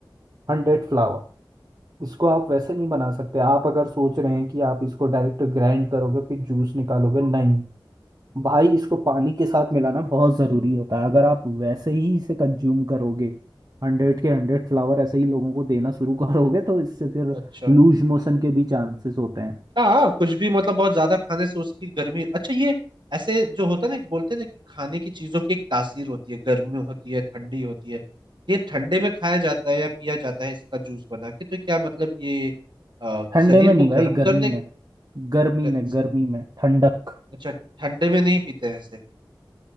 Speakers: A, on the right; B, on the right.
A: हंड्रेड फ्लावर इसको आप वैसे नहीं बना सकते आप अगर सोच रहे हैं कि आप इसको डायरेक्ट ग्राइंड करोगे फिर जूस निकालोगे नहीं भाई इसको पानी के साथ मिलाना बहुत ज़रूरी होता है अगर आप वैसे ही इसे कंज्यूम करोगे हंड्रेड के हंड्रेड फ्लावर ऐसे ही लोगों को देना शुरू <laughs> करोगे तो इससे फिर
B: अच्छा
A: लूज मोशन के भी चांसेस होते हैं
B: हाँ हाँ, कुछ भी मतलब बहुत ज्यादा खाने से उसकी गर्मी अच्छा ये ऐसे जो होता है ना बोलते हैं ना कि खाने की चीजों की एक तासीर होती है गर्मी होती है ठंडी होती है ये ठंडे में खाया जाता है या पिया जाता है इसका जूस बना के तो क्या मतलब ये अ,
A: ठंडे
B: शरीर
A: में नहीं
B: को गर्म
A: भाई गर्मी
B: करने
A: में गर्मी
B: ग-
A: में गर्मी में ठंडक
B: अच्छा ठंडे में नहीं पीते हैं इसे